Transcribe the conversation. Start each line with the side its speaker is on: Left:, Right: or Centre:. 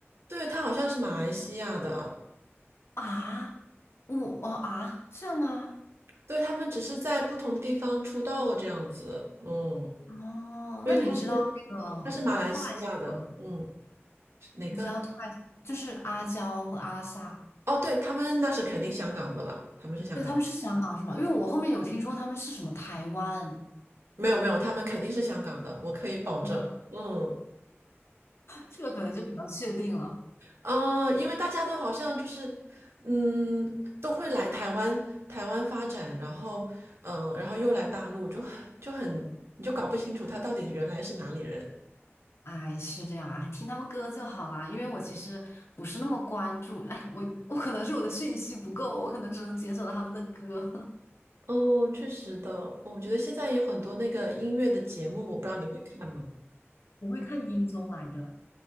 Right: 对，她好像是马来西亚的。
Left: 啊？我哦啊，这样吗？
Right: 对，他们只是在不同的地方出道这样子。嗯，
Left: 哦，
Right: 对，
Left: 那你知道那个
Right: 他是他是马来西亚的，
Left: Twice 吗？
Right: 嗯，是哪个？
Left: 你知道 Twice 就是阿娇和阿 sa。
Right: 哦，对，他们那是肯定香港的了，他们是香港，
Left: 对，他们是香港是吧？因为我后面有听说他们是什么台湾，
Right: 没有没有，他们肯定是香港的，我可以保证。
Left: 嗯，
Right: 嗯，
Left: 这个可能就比较确定了。
Right: 呃，因为大家都好像就是，嗯，都会来台湾台湾发展，然后嗯、呃然后又来大陆，就很就很你就搞不清楚他到底原来是哪里人。
Left: 哎，是这样，啊，听他们歌就好啦。因为我其实不是那么关注，哎，我我可能是我的讯息不够，我可能只能解锁到他们的歌。<laughs>
Right: 哦，确实的，我觉得现在有很多那个音乐的节目，我不知道你会看吗？
Left: 我会看音综来着。